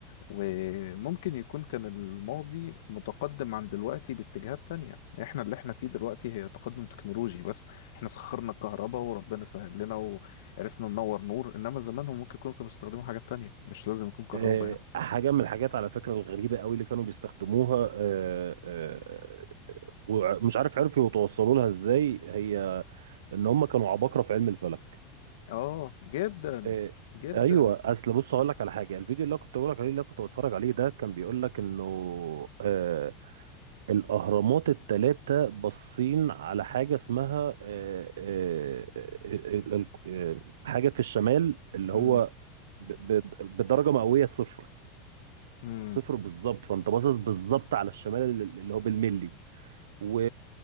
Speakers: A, on the left; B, on the right.
A: وممكن يكون كان الماضي متقدم عن دلوقتي باتجاهات تانية احنا اللي احنا فيه دلوقتي هي تقدم تكنولوجي بس احنا سخرنا الكهرباء وربنا سهل لنا وعرفنا ننور نور انما زمانهم ممكن يكونوا كانوا بيستخدموا حاجات تانية مش لازم يكون كهرباء
B: آه،
A: يعني
B: حاجة من الحاجات على فكرة الغريبة قوي اللي كانوا بيستخدموها آه، آه، ومش عارف عرفوا يتوصلوا لها ازاي هي ان هم كانوا عباقرة في علم الفلك
A: اه جدا
B: إيه
A: جدا
B: ايوه اصل بص هقول لك على حاجه الفيديو اللي أنا كنت بقول لك عليه اللي أنا كنت بتفرج عليه ده كان بيقول لك انه آه الاهرامات الثلاثه باصين على حاجه اسمها آه آه آه آه آه حاجه في الشمال اللي
A: امم
B: هو ب- ب- بدرجه مئويه صفر
A: امم
B: صفر بالظبط فانت باصص بالظبط على الشمال اللي اللي هو بالملي و...